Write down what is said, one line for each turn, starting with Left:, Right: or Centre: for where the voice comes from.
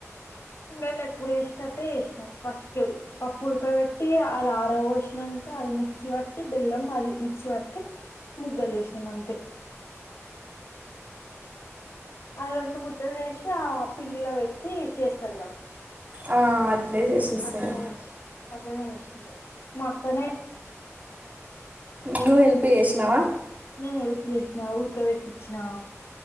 Left: మేము ఎప్పుడు చేసినట్టే చేసినాం ఫస్ట్ పప్పు ఉడకబట్టి అది ఆరా పోసినంక అది మిక్సీ బట్టి బల్లం అది మి మిక్సీ పట్టి ముద్దులు చేసినం అంతే అది రెండు ముద్దలు చేసి ఆ పిండిలో పెట్టి చేస్తారుగా
Right: ఆ అట్లే చేసేస్తారు
Left: అట్లనే చేసినం అట్లనే చేసినం ఇగ మా అక్కనే
Right: నువ్వు హెల్ప్ చేసినావా
Left: నేను హెల్ప్ చేసినా ఉడక పెట్టిచ్చిన